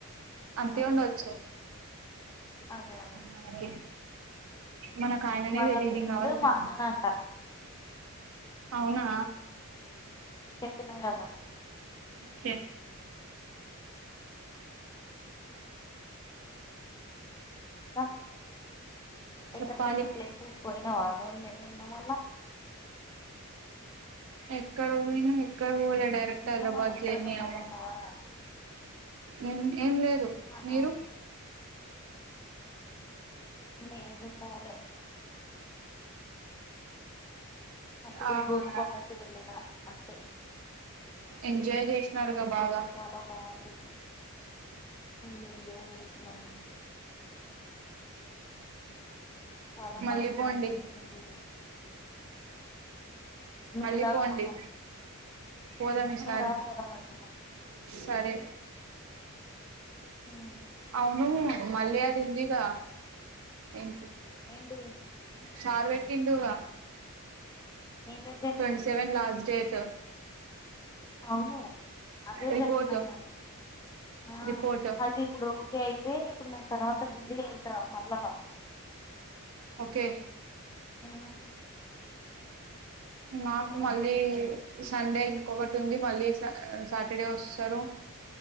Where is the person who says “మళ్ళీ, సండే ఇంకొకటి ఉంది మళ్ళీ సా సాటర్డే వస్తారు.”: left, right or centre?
Right